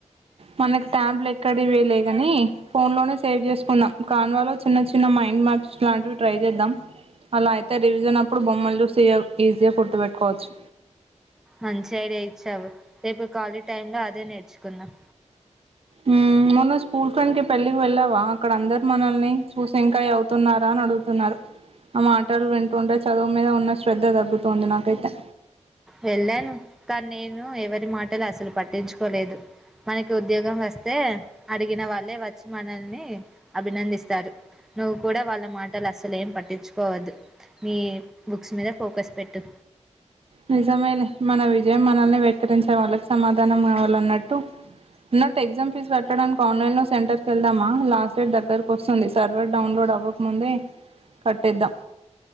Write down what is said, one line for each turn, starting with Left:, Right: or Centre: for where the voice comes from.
Right: మనకి ట్యాబ్లు ఎక్కడవి లే కాని ఫోన్లోనే సేవ్ చేసుకుందాం కాన్ వాలో చిన్న చిన్న మైండ్ మ్యాప్స్ లాంటివి ట్రై చేద్దాం అలా అయితే రివిజన్ అప్పుడు బొమ్మలు చూసి ఆ ఈజీగా గుర్తుపెట్టుకోవచ్చు
Centre: మంచి ఐడియా ఇచ్చావు రేపు కాలీ టైమ్ లో అదే నేర్చుకుందాం
Right: మ్మ్ మొన్న స్కూల్ ఫ్రెండ్ కి పెళ్ళికి వెళ్ళావా అక్కడ అందరు మనల్ని చూసి ఇంకా అవుతున్నారా అని అడుగుతున్నారు ఆ మాటలు వింటుంటే చదువు మీద ఉన్న శ్ర ద్ధ తగ్గుతుంది నాకైతే
Centre: వెళ్ళాను కానీ నేను ఎవరి మాటలు అసలు పట్టించుకోలేదు మనకి ఉద్యోగం వస్తే అడిగిన వాళ్ళే వచ్చి మనల్ని అభినందిస్తారు నువ్వు కూడా వాళ్ళ మాటలు అసలే ఏం పట్టించుకోవద్దు మీ బుక్స్ మీద ఫోకస్ పెట్టు
Right: నిజమే లే మన విజయం మనల్నే పెట్ ఎక్కిరించే వాళ్ళకి సమాధనం కావాలి ల్ న్నట్టు అన్నట్టు ఎగ్జామ్ ఫీజు కట్టడానికి ఆన్లైన్లో సెంటర్కి వెళ్దామా లాస్ట్ డేట్ దగ్గరకు వస్తుంది సర్వర్ డౌన్లోడ్ అవ్వకముందే కట్టేద్దాం